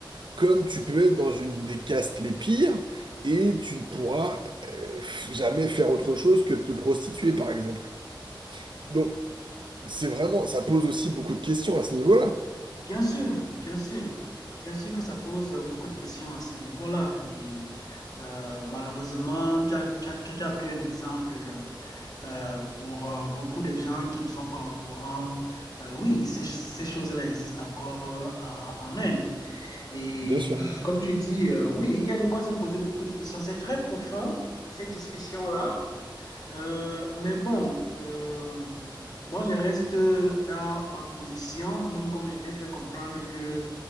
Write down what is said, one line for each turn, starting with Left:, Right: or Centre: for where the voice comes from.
Right: Comme tu peux être dans une des castes les pires et tu ne pourras euh, f- jamais faire autre chose que de te prostituer, par exemple. Donc, c'est vraiment, ça pose aussi beaucoup de questions à ce niveau-là.
Left: Bien sûr, bien sûr. Bien sûr que ça pose euh, beaucoup de questions à ce niveau-là. Et euh, malheureusement, tu as, tu as- tu as pris un exemple euh, euh, pour euh, beaucoup de gens qui ne sont pas au courant. Euh, oui, ces, ces choses-là existent encore euh, en, en Inde. Et
Right: Bien sûr.
Left: comme tu dis, euh, oui, il y a de quoi se poser beaucoup de questions. C'est très profond, cette discussion-là. Euh, mais bon, euh, moi je reste dans ma position, même comme je t'ai fait comprendre que